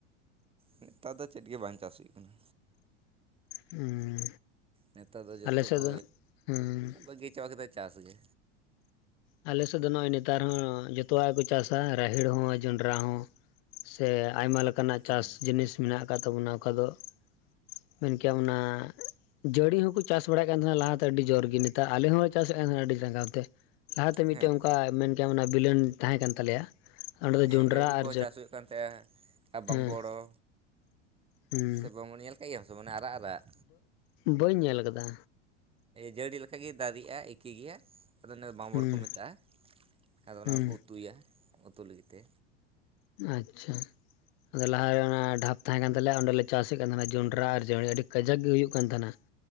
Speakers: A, on the right (about 15°); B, on the left (about 60°).
A: ᱱᱮᱛᱟᱨ ᱫᱚ ᱪᱮᱫ ᱜᱮ ᱵᱟᱝ ᱪᱟᱥ ᱦᱩᱭᱩᱜ ᱠᱟᱱᱟ᱾
B: ᱦᱮᱸ
A: ᱱᱮᱛᱟᱨ ᱫᱚ ᱡᱚᱛᱚ
B: ᱟᱞᱮ ᱥᱮᱫ
A: ᱠᱚ
B: ᱫᱚ ᱦᱮᱸ
A: ᱵᱟᱹᱜᱤ ᱪᱟᱵᱟ ᱠᱮᱫᱟ ᱪᱟᱥ ᱜᱮ᱾
B: ᱟᱞᱮ ᱥᱮᱫ ᱫᱚ ᱱᱚᱜᱼᱚᱭ ᱱᱮᱛᱟᱨ ᱦᱚᱸ ᱡᱷᱚᱛᱚᱣᱟᱜ ᱜᱮᱠᱚ ᱪᱟᱥ-ᱟ ᱨᱟᱦᱮᱲ ᱦᱚᱸ ᱡᱚᱱᱰᱨᱟ ᱦᱚᱸ᱾ ᱥᱮ ᱟᱭᱢᱟ ᱞᱮᱠᱟᱱᱟᱜ ᱪᱟᱥ
A: ᱦᱮᱸ
B: ᱡᱤᱱᱤᱥ ᱢᱮᱱᱟᱜ ᱟᱠᱟᱫ ᱛᱟᱵᱚᱱᱟ ᱚᱠᱟ ᱫᱚ <unintelligible> ᱢᱮᱱ ᱠᱮᱟᱢ ᱚᱱᱟ ᱡᱟᱹᱲᱤ ᱦᱚᱸᱠᱚ ᱪᱟᱥ ᱵᱟᱲᱟᱭᱮᱫ ᱠᱟᱱ ᱛᱟᱦᱮᱱᱟ ᱞᱟᱦᱟᱛᱮ ᱟᱹᱰᱤ ᱡᱳᱨ ᱜᱮ ᱱᱮᱛᱟᱨ ᱟᱞᱮ ᱦᱚᱸᱞᱮ ᱪᱟᱥᱮᱫ ᱠᱟᱱᱱᱟ ᱟᱹᱰᱤ ᱨᱟᱸᱜᱟᱣ ᱛᱮ ᱞᱟᱦᱟᱛᱮ ᱢᱤᱫᱴᱮᱱ
A: ᱦᱮᱸ
B: ᱚᱱᱠᱟ ᱢᱮᱱ ᱠᱮᱭᱟ ᱚᱱᱟ ᱵᱤᱞᱚᱱ ᱛᱟᱦᱮᱸ ᱠᱟᱱ ᱛᱟᱞᱮᱭᱟ᱾ ᱚᱸᱰᱮ ᱫᱚ
A: ᱦᱮᱸ
B: ᱡᱚᱱᱰᱨᱟ
A: ᱡᱟᱹᱲᱤ
B: ᱟᱨ
A: ᱠᱚᱦᱚᱸ ᱪᱟᱥ ᱦᱩᱭᱩᱜ ᱠᱟᱱ ᱛᱟᱦᱮᱸᱫ ᱟᱨ ᱵᱟᱢᱵᱚᱲᱚ᱾
B: ᱦᱮᱸ ᱦᱮᱸ
A: ᱥᱮ ᱵᱟᱝ ᱧᱮᱞ ᱠᱟᱜ ᱜᱮᱭᱟᱢ ᱥᱮᱟᱱ ᱟᱨᱟᱜ ᱟᱨᱟᱜ
B: ᱵᱟᱹᱧ ᱧᱮᱞ ᱟᱠᱟᱫᱟ᱾
A: ᱡᱟᱹᱲᱤ ᱞᱮᱠᱟᱜ ᱫᱟᱨᱮᱜᱼᱟ ᱤᱠᱤ ᱜᱮᱭᱟ᱾ ᱟᱫᱚ ᱵᱟᱸᱵᱚᱲ
B: ᱦᱩᱸ
A: ᱠᱚ ᱢᱮᱛᱟᱜᱼᱟ ᱟᱫᱚ ᱚᱱᱟᱠᱚ
B: ᱦᱩᱸ
A: ᱩᱛᱩᱭᱟ ᱩᱛᱩ ᱞᱟᱹᱜᱤᱫ ᱛᱮ᱾
B: ᱟᱪᱪᱷᱟ ᱟᱫᱚ ᱞᱟᱦᱟᱨᱮ ᱚᱱᱟ ᱰᱷᱟᱯ ᱛᱟᱦᱮᱸ ᱠᱟᱱ ᱛᱟᱞᱮᱭᱟ ᱚᱸᱰᱮᱞᱮ ᱪᱟᱥᱮᱫ ᱠᱟᱱ ᱛᱟᱦᱮᱱᱟ ᱡᱚᱱᱰᱨᱟ ᱟᱨ ᱡᱮ ᱟᱹᱰᱤ ᱠᱟᱡᱟᱠ ᱜᱮ ᱦᱩᱭᱩᱜ ᱠᱟᱱ ᱛᱟᱦᱮᱱᱟ᱾